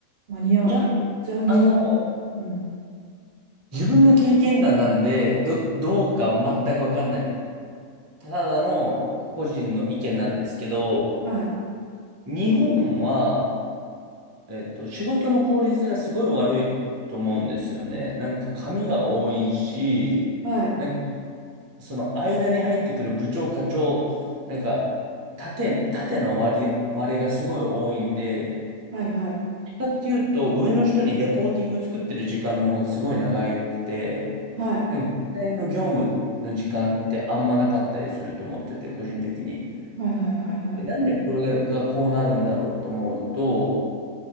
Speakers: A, on the right (about 65°); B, on the right (about 25°).
A: 間に合わ、
B: いや、
A: 残業してる。
B: あの、
A: うん。
B: 自分の経験談なんで、ど、どうか全くわかんない。ただの個人の意見なんですけど、
A: はい。
B: 日本は、えっと、仕事の効率がすごい悪いと思うんですよね。なんか紙が多いし、
A: はい。
B: なんかその間に入ってくる部長、課長、なんか縦、縦の割れ、割れがすごい多いんで、
A: はい。はい。
B: かっていうと上の人にレポーティング作ってる時間の方がすごい長くて、
A: はい。
B: なんか実際の業務の時間ってあんまなかったりすると思ってて、個人的に。
A: はい。はい。はい。はい。
B: でなんでこれがこうなるんだろうと思うと、